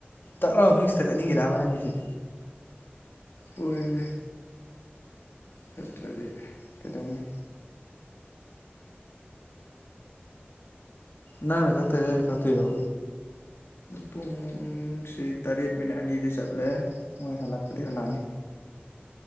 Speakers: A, on the left; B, on the left.
A: ꯇꯛꯂꯥꯎꯅ ꯐꯤꯛꯁꯇ ꯆꯠꯅꯤꯡꯉꯤꯔꯕ ꯅꯪꯒꯤꯁꯦ
B: ꯑꯣꯏꯃꯦ ꯐꯠꯇ꯭ꯔꯗꯤ ꯀꯩꯗꯧꯅꯤ
A: ꯅꯪꯅ ꯀꯛꯇꯣꯏꯔ ꯑꯩꯅ ꯀꯛꯇꯣꯏꯔꯣ
B: ꯄꯨꯡꯁꯤ ꯇꯔꯦꯠ ꯃꯤꯅꯠ ꯑꯅꯤꯗꯤ ꯆꯠꯂꯦ ꯃꯣꯏ ꯍꯜꯂꯛꯄꯗꯤ ꯍꯜꯂꯛꯑꯅꯤ